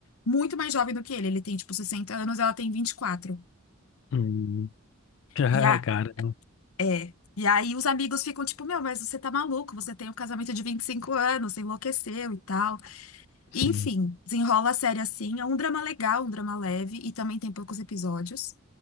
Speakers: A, on the left; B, on the left.
A: muito mais jovem do que ele. Ele tem, tipo, 60 anos, ela tem vinte E quatro
B: Hum. <laughs>
A: e a,
B: Cara,
A: é, e aí os amigos ficam tipo, meu, mas você tá maluco, você tem um casamento de 25 anos, você enlouqueceu e tal.
B: Sim.
A: E, Enfim, desenrola a série assim. É um drama legal, um drama leve, e também tem poucos episódios.